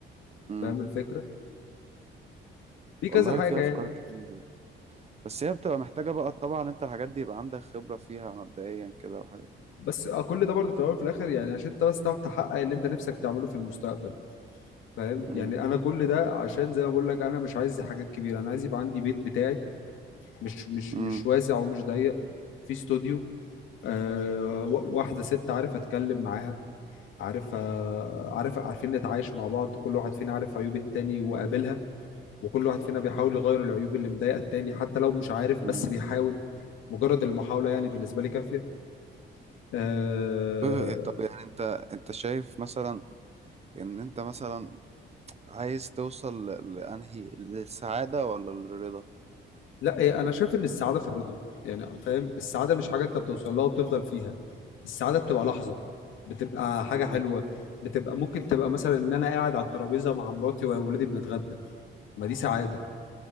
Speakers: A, on the right; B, on the left.
A: امم
B: فاهم الفكره في كذا
A: والله
B: حاجه
A: في افكار
B: يعني
A: كتير بس هي بتبقى محتاجة بقى طبعا انت الحاجات دي يبقى عندك خبرة فيها مبدئيا كده وحاجات
B: بس آه، كل ده برضه في الاول وفي الاخر يعني عشان انت بس تعرف تحقق اللي انت نفسك تعمله في المستقبل فاهم
A: امم
B: يعني انا كل ده عشان زي ما بقول لك انا مش عايز حاجات كبيره انا عايز يبقى عندي بيت بتاعي مش مش
A: امم
B: مش واسع ومش ضيق في استوديو آه و- واحده ست عارف اتكلم معاها عارف آه، عارف عارفين نتعايش مع بعض كل واحد فينا عارف عيوب التاني وقابلها وكل واحد فينا بيحاول يغير العيوب اللي مضايقه التاني حتى لو مش عارف بس
A: امم
B: بيحاول مجرد المحاولة يعني بالنسبة لي كافية آه
A: إيه، طب يعني انت انت شايف مثلا ان انت مثلا عايز توصل ل- لانهي للسعادة ولا للرضا
B: لا إيه، انا شايف ان السعاده في الرضا يعني فاهم السعاده مش حاجه انت بتوصل
A: مم.
B: لها وبتفضل فيها السعاده بتبقى لحظه
A: مم.
B: بتبقى حاجه
A: مم.
B: حلوه بتبقى ممكن تبقى مثلا ان انا قاعد على الترابيزه مع مراتي وولادي بنتغدى ما دي سعاده